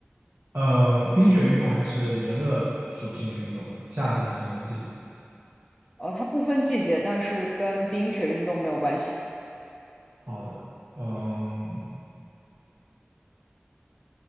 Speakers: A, on the right; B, in the centre.
A: 呃，冰雪运动还是炎热属性的运动？夏季还是冬季的？
B: 呃，它不分季节，但是跟冰雪运动没有关系，
A: 好的，嗯，